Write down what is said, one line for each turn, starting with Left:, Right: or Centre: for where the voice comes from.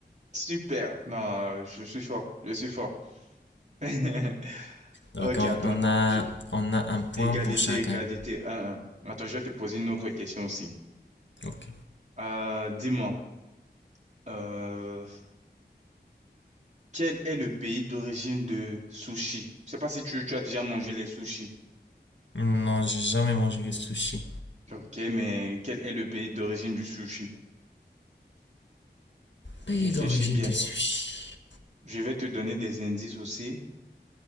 Right: Super. Non, je suis fort. Je suis fort. <laughs>
Left: D'accord.
Right: Ok, attends.
Left: on a,
Right: Je-
Left: on a un point
Right: Égalité,
Left: pour chacun.
Right: égalité. Un, un. Attends, je vais te poser une autre question aussi.
Left: Ok.
Right: Euh, dis-moi, euh, quel est le pays d'origine de sushi? Je sais pas si tu, tu as déjà mangé les sushis.
Left: Non, j'ai jamais mangé de sushi.
Right: Ok, mais quel est le pays d'origine du sushi?
Left: Pays
Right: Réfléchis
Left: d'origine
Right: bien.
Left: du sushi.
Right: Je vais te donner des indices aussi.